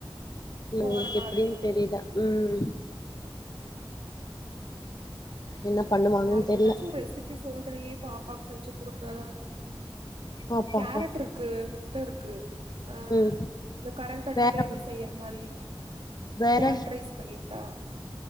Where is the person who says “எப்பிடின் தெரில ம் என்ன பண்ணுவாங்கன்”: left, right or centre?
Left